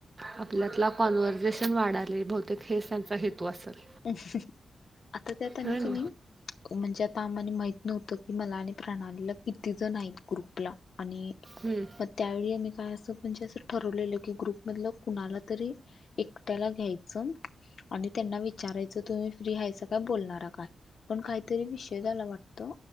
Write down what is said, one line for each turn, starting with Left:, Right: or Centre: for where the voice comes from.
Right: आपल्यातला कॉन्व्हर्झेशन वाढलंय बहुतेक हेच त्यांचा हेतू असेल.
Left: आता तर त्यांनी
Right: होय ना
Left: की नाही म्हणजे आता आम्हानी माहित नव्हतं की मला आणि प्रणालीला किती जण आहेत ग्रुपला. आणि
Right: हम्म.
Left: त्यावेळी आम्ही काय असं म्हणजे असं ठरवलेलं की ग्रुप मधलं कुणाला तरी एकट्याला घ्यायचं आणि त्यांना विचा रायच तुम्ही फ्री हायसाका बोलणार हाय काय, पण काहीतरी विषय झाला वाट तर